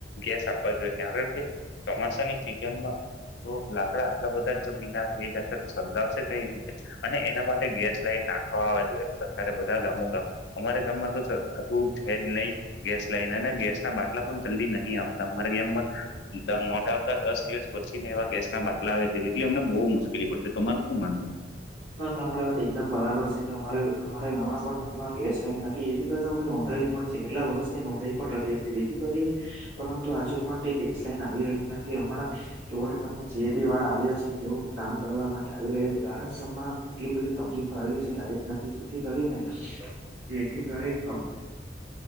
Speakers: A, on the left; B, on the right.
A: ગેસ આપવા જોઈએ, કારણ કે ચોમાસાની સિજનમાં તો લાકડા આટલા બધા જ જોબીના થઈ જશે તો સર્ગાવશે કઈ રીતે, અને એના માટે ગેસ, હવા જોઈએ, સરકારે બધા ગામો ગામ અમારા ગામમાં તો છે, જ નહીં ગેસ લાઈને અને ગેસના બાટલા પણ જલ્દી નહીં આવતા અમારા ગામમાં, નોંધ આવતા દસ દિવસ પછીને એવા ગેસના બાટલા આવે છે, એટલે એમને બહુ મુશ્કેલી પડશે, તો અમાર શું માનવું,
B: હ તમારી વાત એકદમ બરાબર છે, કે અમારે અમારા ગામના પણ હાલમાં ગેસ લાઈન નથી, જેથી કરી અમે નોંધાયું. પણ છે, કેટલા વર્ષથી નોંધાઈ પણ રહ્યા છે, જેથી કરીને, પરંતુ હજુ પણ તે ગેસ લાઈન આવી રહી નથી, હમણાં. જોવોને તમે જીએબી વાળા આવ્યા છે, તેવો કામ કરવા માટે આવી રહ્યા છે, કારણકે. માં એટલી બધી તકલીફ આવીશે લાઈટ નથી, જેથી કરીને જેથી કરીને.